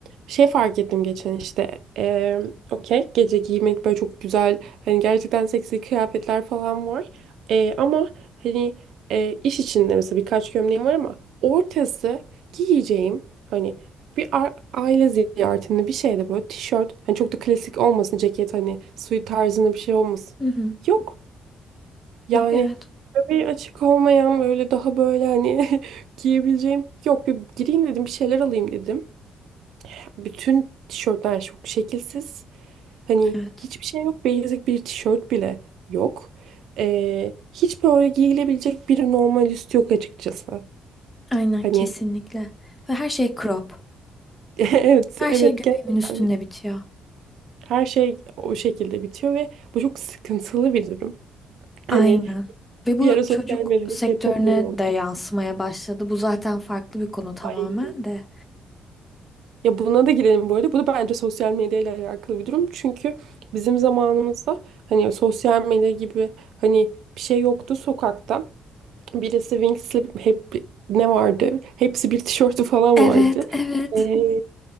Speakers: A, on the right (about 75°); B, on the left (about 15°).
A: şey fark ettim geçen işte eee okey gece giymek böyle çok güzel hani gerçekten seksi kıyafetler falan var. Eee, ama hani eee, iş içinde mesela birkaç gömleğim var ama ortası giyeceğim hani bir a- aile ziyaretinde bir şeyde böyle tişört hani çok da klasik olmasın ceket hani suit tarzında bir şey olmasın.
B: Hı hı.
A: Yok. Yani
B: Yok evet.
A: bir açık olmayan böyle daha böyle hani <laughs> giyebileceğim. Yok bir gireyim dedim bir şeyler alayım dedim. Bütün tişörtler çok şekilsiz. Hani
B: Evet.
A: hiçbir şey yok. Basic bir tişört bile yok. Ee, hiç böyle giyilebilecek bir normal üst yok açıkçası.
B: Aynen
A: Hani
B: kesinlikle. Ve her şey crop.
A: <laughs> evet
B: Her
A: evet
B: şey göbeğimin
A: gerçekten
B: üstünde bitiyor.
A: her şey o şekilde bitiyor ve bu çok sıkıntılı bir durum. Hani
B: Aynen. Ve bu
A: bir ara sosyal
B: çocuk
A: medyada
B: sektörüne
A: şey popüler oldu.
B: de yansımaya başladı. Bu zaten farklı bir konu tamamen
A: Ay
B: de.
A: Ya buna da girelim bu arada. Bu da bence sosyal medyayla alakalı bir durum. Çünkü bizim zamanımızda hani sosyal medya gibi hani bir şey yoktu sokakta. Birisi Wing Slip hep ne vardı? Hepsi bir tişörtü falan
B: Evet,
A: vardı.
B: evet.
A: Ee,